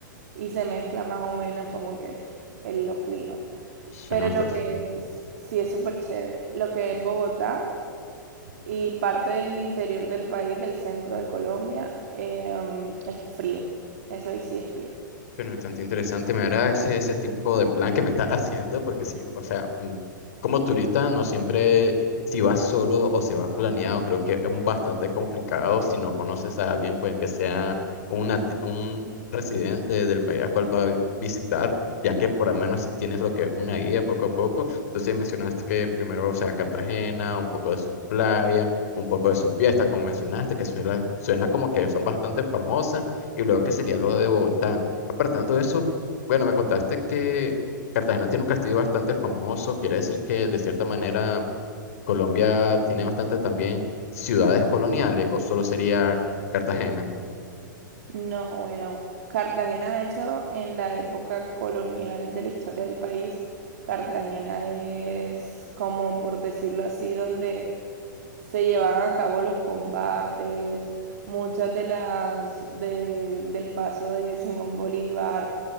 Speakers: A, on the right (about 45°); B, on the left (about 45°).
A: y se mezcla más o menos como que en los climas.
B: suena
A: Pero
B: bastante.
A: lo que es, sí es súper chévere. Lo que es Bogotá y parte del interior del país, del centro de Colombia, eh, mm, es frío. Eso ahí sí es frío.
B: Bueno, bastante interesante, me agrada ese, ese tipo de plan que me estás haciendo, porque sí, o sea, mm, como turista no siempre, si vas solo o si vas planeado, creo que es un bastante complicado si no conoces a alguien, pues que sea un, nati- un residente del país al cual va a vi- visitar, ya que por lo menos si tienes lo que una guía poco a poco, entonces mencionaste que primero, o sea, Cartagena, un poco de su playa, un poco de su fiesta, como mencionaste, que suena, suena como que son bastante famosas, y luego que sería lo de Bogotá. Apartando eso, bueno, me contaste que Cartagena tiene un castillo bastante famoso, quiere decir que de cierta manera Colombia tiene bastantes también ciudades coloniales o solo sería Cartagena.
A: No, bueno, Cartagena, de hecho, en la época colonial de la historia del país, Cartagena es como, por decirlo así, donde se llevaban a cabo los combates, muchas de las de- del paso de Simón Bolívar,